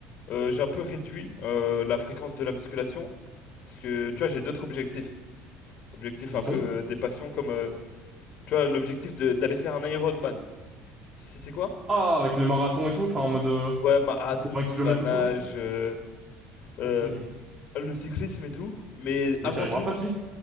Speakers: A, on the left (about 55°); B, on the right (about 25°).
A: euh, j'ai un peu réduit euh, la fréquence de la musculation. Parce que, tu vois, j'ai d'autres objectifs. Objectifs
B: Qui
A: un
B: sont?
A: peu euh, des passions, comme, euh, tu vois, l'objectif de- d'aller faire un Ironman. Tu sais, c'est quoi?
B: Ah, avec le marathon et tout, enfin, en mode, euh,
A: Ouais, marathon,
B: pour 20 km
A: la nage,
B: et tout, là?
A: euh, euh,
B: Ok.
A: le cyclisme et tout. Mais avant
B: Bah, t'y arriveras
A: tout,
B: pas, si.